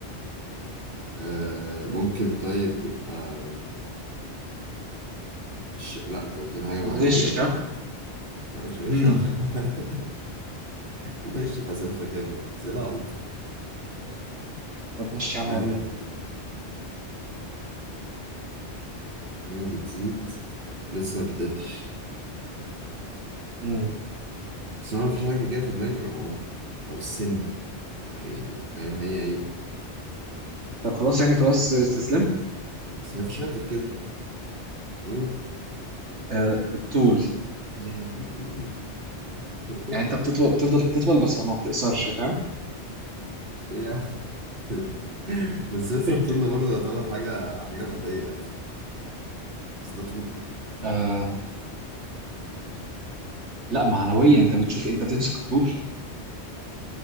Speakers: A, on the right; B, on the right.
A: آه، ممكن طيب تبقى ش... لا انت قلت لي حاجة معنوية
B: ما بتغشش ها
A: لا مش هغش
B: امم
A: <laughs> انت غش في اسئلتك يا ابني اسئلة عبيطة
B: طب ماشي يا عم
A: آه،
B: وريني
A: هي بتزيد بس ما بتقلش
B: امم
A: بس انا مفيش حاجة جاية في دماغي غير العمر او السن او يعني فاهم هي هي
B: طب خلاص يعني خلاص استسلمت
A: بس مفيش حاجة غير كده قول
B: آه الطول
A: يا ابني، قول. <laughs>
B: يعني انت بتطول بتفضل تطول بس ما بتقصرش فاهم
A: إيه يا عم ده؟ بس
B: <laughs>
A: لسه الطول ده برضه يعتبر حاجة حاجة مادية عادي بس ده طولك
B: آه لا معنوية انت بتشوف انت بتمسك الطول